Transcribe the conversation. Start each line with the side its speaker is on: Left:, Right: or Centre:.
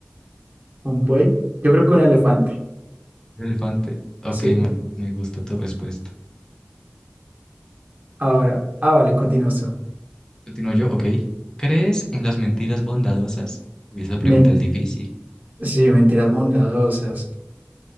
Right: ¿Un buey? Yo creo que un elefante.
Left: ¿Un elefante? Ok,
Right: Sí.
Left: me, me gusta tu respuesta.
Right: Ahora, ah, vale, continúas
Left: Continúo yo, ok. ¿Crees en las mentiras bondadosas? Uy, esa pregunta
Right: Men-
Left: es difícil.
Right: sí, mentiras bondadosas.